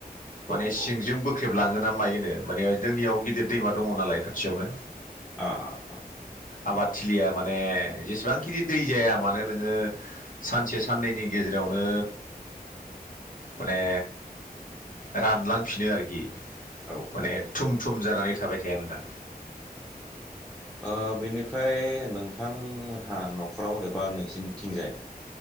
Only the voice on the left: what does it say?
माने
सिंजों बोख्रेब लाङोना मायोनो माने जोंनियाव गिदिर दैमा दङ नालाय खाथियावनो
आबाद
थिलिया माने जेसेबांखिनि दै जाया मानो नोङो सानसे साननैनि गेजेरावनो माने रानलांफिनो आरोखि
माने
थुम थुम जानानै थाबाय थाया नोंथां